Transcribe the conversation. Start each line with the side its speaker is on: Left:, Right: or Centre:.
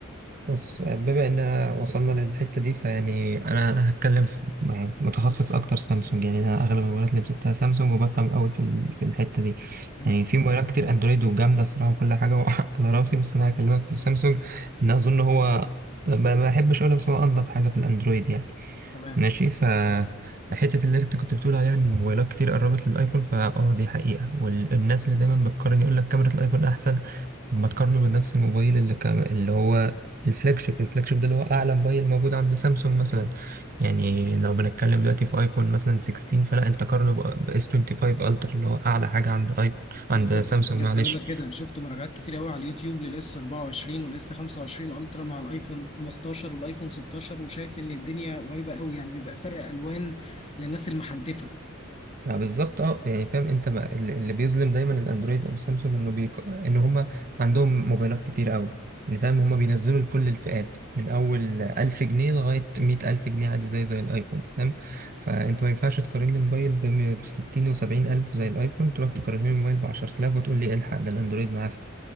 Right: بص بما اننا وصلنا للحته دي فيعني انا انا هتكلم في- يعني متخصص اكتر سامسونج يعني انا اغلب الموبايلات اللي مسكتها سامسونج وبفهم قوي في ال- في الحته دي
Left: يعني
Right: يعني في موبايلات كتير اندرويد وجامده الصراحه وكل حاجه <laughs> على راسي بس انا هكلمك في سامسونج ان اظن هو ما ما بحبش اقولها بس هو انضف حاجه في الاندرويد يعني
Left: تمام
Right: ماشي ف حتة اللي انت كنت بتقول عليها ان الموبايلات كتير قربت للايفون فا اه دي حقيقة والناس اللي دايما بتقارن يقول لك كاميرا الايفون احسن طب ما تقارنه بنفس الموبايل اللي كام... اللي هو الفلاج شيب الفلاج شيب ده اللي هو اعلى موبايل موجود عند سامسونج مثلا يعني لو بنتكلم دلوقتي في ايفون مثلا 16 فلا انت قارنه ب اس 25 الترا اللي هو اعلى حاجة عند ايفون عند
Left: بالظبط
Right: سامسونج
Left: كنت لسه
Right: معلش
Left: اقول لك كده شفت مراجعات كتير قوي على اليوتيوب للاس 24 والاس 25 الترا مع الايفون 15 والايفون 16 وشايف ان الدنيا قريبه قوي يعني بيبقى فرق الوان للناس المحنتفه
Right: آه بالظبط اه يعني فاهم انت ما ال- اللي بيظلم دايما الاندرويد او سامسونج انه بيك... ان هم عندهم موبايلات كتير قوي يعني فاهم هم بينزلوا لكل الفئات من اول 1000 جنيه لغايه 100000 جنيه عادي زي زي الايفون فاهم فانت ما ينفعش تقارن لي موبايل ب 60 و70 الف زي الايفون تروح تقارن لي موبايل ب 10000 وتقول لي إيه الحق ده الاندرويد معفن